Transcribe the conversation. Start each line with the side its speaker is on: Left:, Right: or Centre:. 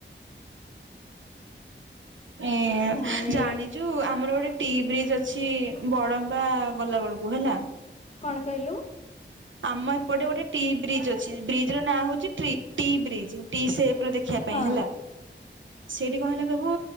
Right: ଏ
Left: ଭାଇ
Right: ଜାଣି ଯୋଉ ଆମର ଗୋଟେ ଟି ବ୍ରିଜ୍ ଅଛି ବଡମ୍ବା ଗଲାବେେଳକୁ ହେଲା
Left: କଣ କହିଲୁ
Right: ଆମ ଏପଟେ ଗୋଟେ ଟି ବ୍ରିଜ୍ ଅଛି ବ୍ରିଜ ର ନାଁ ହଉଛି ଟି ବ୍ରିଜ୍ଟି ସେଖ ଶଖିବା ପାଇଁ
Left: ହଁ
Right: ହେଲା ସେଇଠି କଣ ହେଲା କବୁ